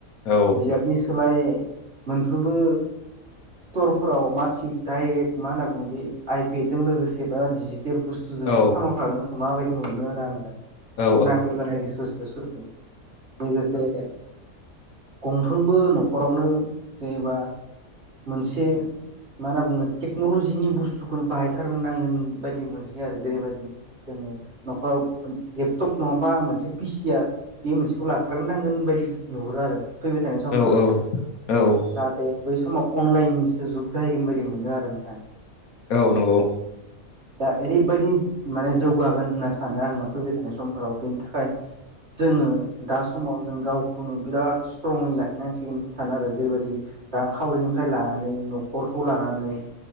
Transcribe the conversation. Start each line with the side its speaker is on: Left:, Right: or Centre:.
Left: औ
Right: बिजाबनि सोलाय मोनफ्रोमबो स्टरफोराव माथिख डाइरेक्ट मा होनना बुङो बे आइपेदजों लोगोसे बा दिजे बुस्थु जोंसो
Left: औ
Right: फानहरखागोनखोमा बायदि मोनो आरो आं दा
Left: औ
Right: नांगौ जानाय रिसर्स फोरखौ लोगोसे गंफ्रोमबो न'खरावनो जेनेबा मोनसे मा होनना बुङो टेक्न'लजिनि बुस्थुखौनो बाहायथारनो नांगोन बायदि मोनहैयो आरो जेरैबायदि जों ङो न'खराव लेपटप नङाबा मोनसे पिसिया बे मोनसेखौ लाथारग्रोनांगोन बायदि नुहुरो आरो फैबाय थानाय समफोराव
Left: औ औ
Right: जाहाथे बै समाव अनलाइननिसो जुग जाहैगोन बायदि मोनो आरो नोंथां
Left: औ नंगौ
Right: दा ओरैबायदि माने जौगागोन होनना सानो आङो फैबाय थानाय समफोराव बेनि थाखाय जोङो दा समाव जों गावखौनो बिराद स्ट्रङै लाखिनांसिगोन सानो आरो जेरैबायदि रांखावरिनिफ्राय लानानै न'खरखौ लानानै